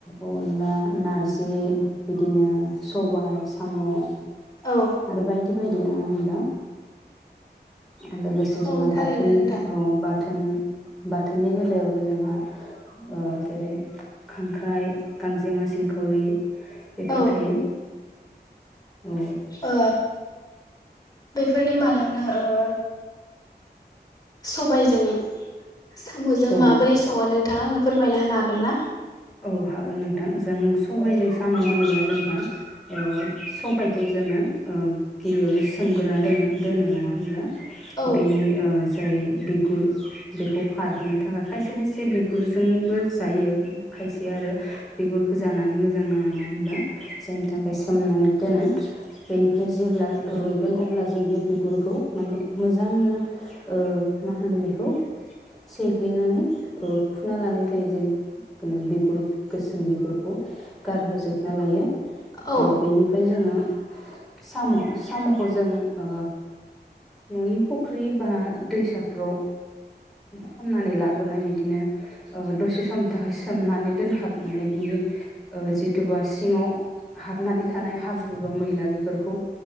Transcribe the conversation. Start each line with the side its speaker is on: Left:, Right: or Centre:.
Centre: अनला नारजि बिदिनो सबाय साम' आरो
Left: औ
Centre: बायदि बाय नुनो मोनदों। ओ लोगोसे जोंहा
Left: औ थारैनो
Centre: बाथोन
Left: नोंथां
Centre: औ बा थोन बाथोननि बेलायावबो जोंहा ओ जेरै खांख्राइ गांजेमा सिंखावरि। बेफोर
Left: औ
Centre: थायो। औ
Left: ओ बेफोरनि मादावनो ओ सबायजों साम'जों
Centre: औ
Left: माबोरै सङो नों थाङा आंनो फोरमायना होनो हागोन ना?
Centre: औ हागोन नोंथां जों सबबायजों
Left: औ
Centre: साम' होनोब्ला जोंहा ओ सबायखौ जोङो ओ गिबियावनो सोमग्रोना दो दोनो नङा होनब्ला।
Left: औ
Centre: बेनि ओ जाय बिगुर बेखौ खारहोनो थाखाय खायसे खायसे बिगुरजोंबो जायो। खायसेया आरो बिगुरखौ जानानै मोजां नाङा नङा होनब्ला जायनि थाखाय सोमनानै दोनो बेनिफ्राय जेब्ला रुइ गोन अब्ला जों बे बिगुरखौ माने मोजांनो ओ मा होनो बेखौ सैग्लिनानै ओ खुना लानाय जायो जेरै बिगुर गोसोम बिगुरखौ गारहोजोबना लायो।
Left: औ
Centre: ओ बेनिफ्राय जोङो साम' साम'खौ जों ओ न'नि फख्रि बा दैसाफ्राव खननानै लाबोनाय बिदिनो ओ दसे समनि थाखाय सो सोमनानै दोनहाबनानै बिनि ओ जिथुबा सिङाव हाबनानै थानाय हाब्रु बा मैला बेफोरखौ